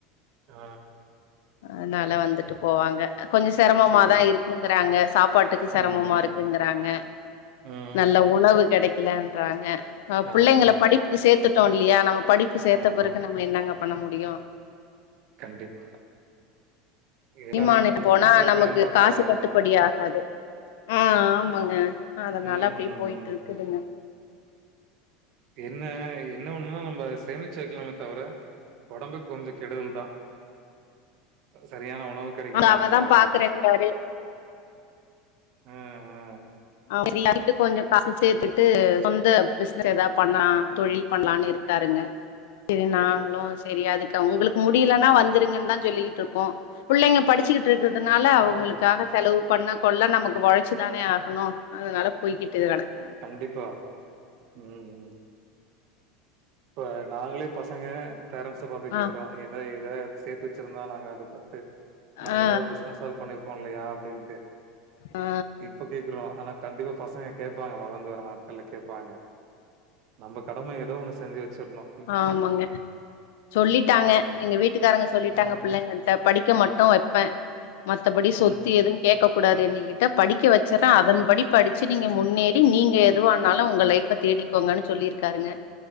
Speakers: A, on the right (about 50°); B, on the left (about 75°).
A: ஆ
B: அதுனால வந்துட்டு போவாங்க கொஞ்சொ செரமமாதா
A: சரி.
B: இருக்குங்குறாங்க சாப்பாட்டுக்கு செரமமா
A: ம்ஹ்ம்.
B: இருக்குங்கறாங்க
A: ம்
B: நல்ல உணவு கெடைக்கலன்றாங்க புள்ளைங்கள
A: ஆமா, ஆமா,
B: படிப்புக்கு சேத்துட்டோ இல்லையா நம்ம படிப்பு சேத்த
A: ஆமா.
B: பெறகு ந நம்ம என்னங்க பண்ண முடியு
A: கண்டிப்பா ஏன்னா,
B: <unintelligible>
A: இப்ப நம்ம
B: போனா
A: ஃபியூச்சருக்கு
B: நமக்கு
A: நம்ம பாத்து
B: காசு
A: தான் ஆகணும்.
B: கட்டுப்படி ஆகாது அ ஆமாங்க அதனால
A: ம்,
B: அப்டியே
A: ம்,
B: போய்ட்டு
A: ம்.
B: இர்க்குதுங்க
A: என்ன என்ன ஒன்னுன்னா நம்ப சேமிச்சு வெக்கலாமே தவர ஒடம்புக்கு கொஞ்சொ கெடுதல் தா சரியான உணவு கெடைக்காத
B: அவதா
A: நால
B: பாக்குறேங்கிறாரு
A: ம் ம்
B: <unintelligible> கொஞ்ச காசு சேத்துட்டு சொந்த பிஸ்னஸ் எதா பண்லா தொழி
A: ம்.
B: பண்லானு இருக்காருங்க செரி நாங்ளு
A: ஓ!
B: செரி அதுக்கு உங்களுக்கு
A: ஆ.
B: முடியல னா வந்துருங்கன்னு தா சொல்லிக்கிட்டு இருக்கோ புள்ளைங்க படுச்சுக்கிட்டு இருக்கிறதுனால அவுங்களுக்காக
A: ம், ம்.
B: செலவு பண்ண கொள்ள நமக்கு ஒழச்சுதானே ஆகணு அதுனால போய்கிட்டு கெடக்
A: கண்டிப்பா ம் ம் இப்ப நாங்களே பசங்க பேரண்ட்ஸ பாத்து
B: ஆ
A: கேக்குறோ என்ன எதா சேத்து வச்சிருந்தா நாங்க அத பத்து நாங்க
B: ஆ
A: ஏதோ ஒரு பிஸ்னஸாவ்து பண்ணிருப்போ இல்லையா அப்டின்ட்டு
B: அ
A: இப்ப கேக்குறோ ஆனா கண்டிப்பா பசங்க கேப்பாங்க வளந்து வர நாட்கள்ல கேப்பாங்க நம்ப கடம ஏதோ ஒன்னு செஞ்சு வச்சிர்னு
B: ஆமாங்க சொல்லிட்டாங்க
A: ம்.
B: எங்க வீட்டுக்காரங்க சொல்லிட்டாங்க
A: அ,
B: புள்ளைங்களு படிக்க மட்டு வைப்பே மத்தபடி சொத்து
A: ம்.
B: எது கேக்க கூடாது என்ன கிட்ட படிக்க வச்சறே அதன் படி படுச்சு நீங்க முன்னேறி நீங்க எதுவானாலு உங்க லைஃப் ப தேடிக்கோங்கனு சொல்லிருக்காருங்க